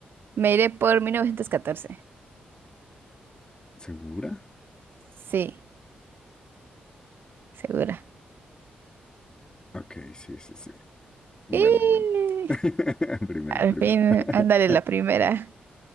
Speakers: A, on the right; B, on the left.
A: Me iré por mil novecientos catorce
B: ¿Segura?
A: Sí, segura.
B: Ok, sí, sí, sí. Bueno,
A: ¡Eh!
B: bueno. <laughs> Primera,
A: Al
B: primera.
A: fin,
B: <laughs>
A: ándale la primera.